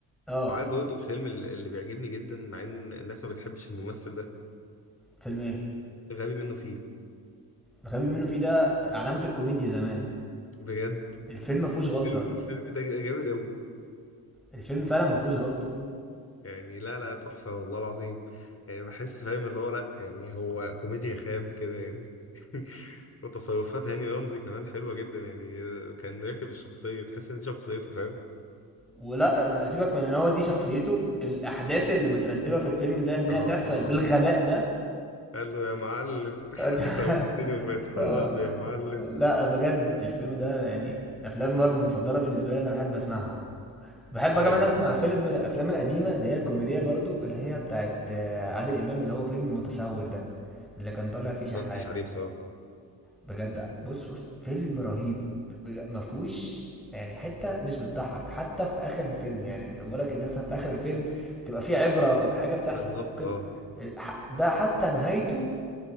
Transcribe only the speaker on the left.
وعارف برضه الفيلم ال- اللي بيعجبني جدا مع ان الناس ما بتحبش الممثل ده
غبي منه فيه
بجد
الفيلم
الفيلم ده جامد قوي
يعني لا لا تحفة والله العظيم يعني بحس فاهم اللي هو لا يعني هو كوميديا خام كده يعني <laughs> وتصرفات هاني رمزي كمان حلوة جدا يعني آه، كان راكب الشخصية تحس ان دي شخصيته فاهم
اه
اه
قال له يا معلم <laughs>
توبتني وبقيت حرام
يا معلم
جامد
والله
ما اتفرجتش
عليه بصراحة
بالظبط
اه